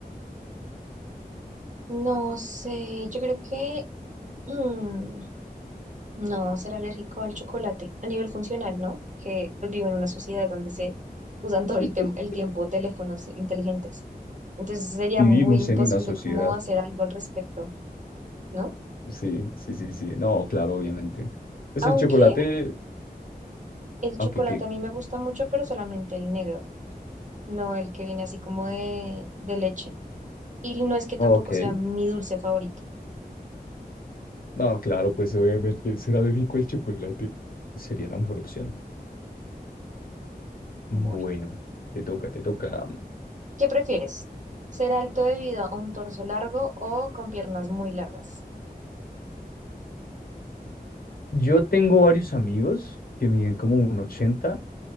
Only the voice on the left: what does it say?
<laughs>
Vivimos
en una sociedad.
Sí, sí, sí, sí. No, claro, obviamente. Pues
el chocolate,
aunque que.
Ok.
No, claro, pues obviamente será de rico el chocolate. Sería la mejor opción.
Bueno, te toca, te toca.
Yo tengo varios amigos que miden como un 80